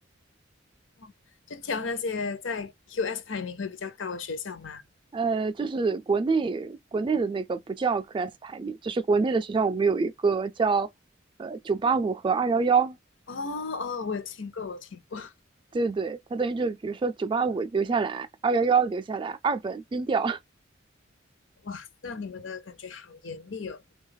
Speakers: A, on the left (about 75°); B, on the right (about 25°).
A: 哦，就挑那些在 QS 排名会比较高的学校嘛。
B: 呃，就是国内国内的那个不叫 c QS 排名，就是国内的学校我们有一个叫呃九八五和二幺幺，
A: 哦哦，我有听过，我有听过。
B: 对对对，它等于就是比如说九八五留下来，二幺幺留下来，二本扔掉，
A: 哇，那你们的感觉好严厉哦，